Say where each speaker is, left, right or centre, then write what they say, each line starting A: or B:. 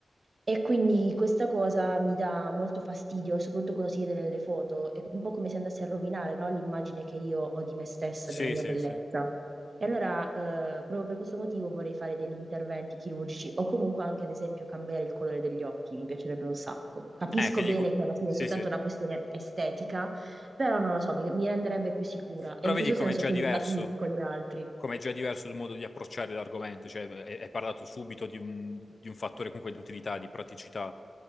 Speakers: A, on the right; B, on the left.
A: E quindi questa cosa mi dà molto fastidio, soprattutto quando si vede nelle foto. È un po' come se andasse a rovinare, no, L'immagine che io ho di me stessa,
B: Sì,
A: della mia
B: sì,
A: bellezza.
B: sì.
A: E allora, eh, proprio per questo motivo vorrei fare degli interventi chirurgici o comunque anche, ad esempio, cambiare il colore degli occhi. Mi piacerebbe un sacco. Capisco
B: Eh, che
A: bene
B: dico...
A: che alla fine
B: Sì,
A: è soltanto
B: sì.
A: una questione estetica, però non lo so, mi, mi renderebbe più sicura. E
B: Però
A: in
B: vedi
A: questo
B: com'è
A: senso
B: già
A: quindi
B: diverso.
A: capisco gli altri.
B: come è già diverso il modo di approcciare l'argomento, cioè è, è parlato subito di un, di un fattore comunque di utilità, di praticità,